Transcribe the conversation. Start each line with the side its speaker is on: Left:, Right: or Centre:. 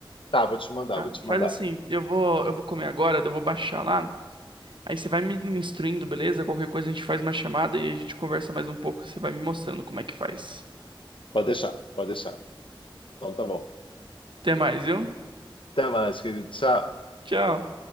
Left: tá, vou te mandar,
Right: Ah,
Left: vou te
Right: faz
Left: mandar.
Right: assim, eu vou, eu vou comer agora, daí eu vou baixar lá. Aí você vai me me instruindo, beleza? Qualquer coisa a gente faz uma chamada e a gente conversa mais um pouco. Você vai me mostrando como é que faz.
Left: Pode deixar, pode deixar. Então tá bom.
Right: Até mais, viu?
Left: Até mais, querido. Tchau.
Right: Tchau.